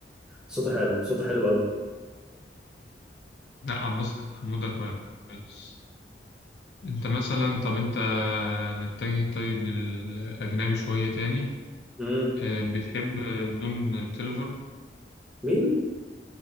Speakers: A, in the centre; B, on the left.
A: صوته حلو صوته حلو قوي
B: لا عباس حموده كويس انت مثلا طب انت نتجه طيب للاجنبي شويه تاني
A: امم
B: آه، بتحب دون تيلفر
A: مين